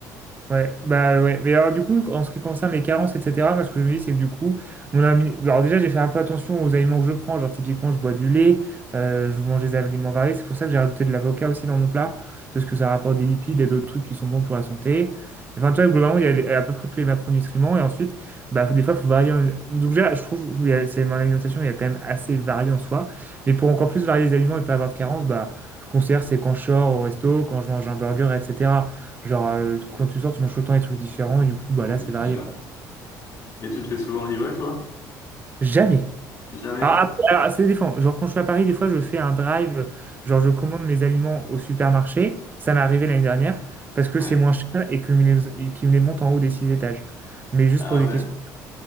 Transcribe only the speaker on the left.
Oui,
c'est
sûr.
Et tu te fais souvent livrer, toi?
Jamais.
Ouais.
Ah
ouais,